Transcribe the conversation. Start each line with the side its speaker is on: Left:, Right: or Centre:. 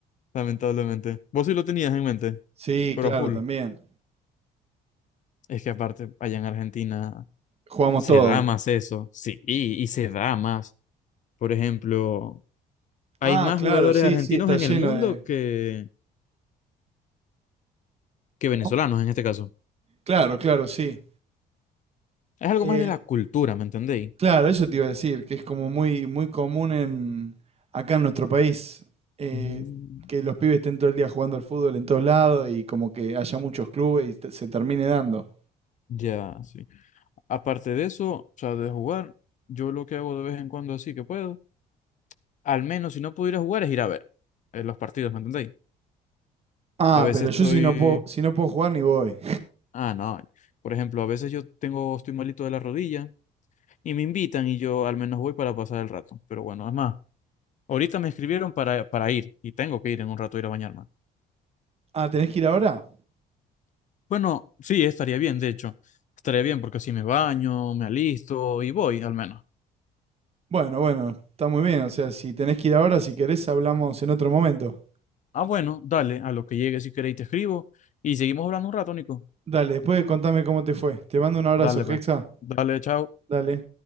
Left: lamentablemente. Vos sí lo tenías en mente,
Right: Sí,
Left: pero
Right: claro,
Left: a full.
Right: también.
Left: Es que aparte, allá en Argentina
Right: Jugamos
Left: se
Right: todo.
Left: da más eso, sí, y, y se da más. Por ejemplo, hay
Right: Ah,
Left: más
Right: claro,
Left: jugadores
Right: sí,
Left: argentinos
Right: sí, está
Left: en
Right: lleno
Left: el mundo
Right: de...
Left: que, que
Right: ¿Cómo?
Left: venezolanos en este caso.
Right: Claro, claro, sí.
Left: Es algo
Right: Eh,
Left: más de la cultura, ¿me entendéis?
Right: claro, eso te iba a decir, que es como muy, muy común en, acá en nuestro país, eh,
Left: Mm,
Right: que los pibes estén todo el día jugando al fútbol en todos lados y como que haya muchos clubes y te- se termine dando.
Left: Ya, sí. Aparte de eso, o sea, de jugar, yo lo que hago de vez en cuando así que puedo, al menos si no pudiera jugar es ir a ver eh, los partidos, ¿me entendéis?
Right: Ah,
Left: A veces
Right: pero yo
Left: estoy,
Right: si no puedo, si no puedo jugar ni voy.
Left: ah, no, por ejemplo, a veces yo tengo, estoy malito de la rodilla y me invitan y yo al menos voy para pasar el rato. Pero bueno, es más, ahorita me escribieron para, para ir y tengo que ir en un rato a ir a bañarme.
Right: Ah, ¿tenés que ir ahora?
Left: Bueno, sí, estaría bien, de hecho, estaría bien porque así me baño, me alisto y voy al menos.
Right: Bueno, bueno, está muy bien. O sea, si tenés que ir ahora, si querés, hablamos en otro momento.
Left: Ah, bueno, dale, a lo que llegue si queréis te escribo y seguimos hablando un rato, Nico.
Right: Dale, después contame cómo te fue. Te mando un abrazo,
Left: Dale, pues.
Right: Hexa.
Left: Dale, chao.
Right: Dale.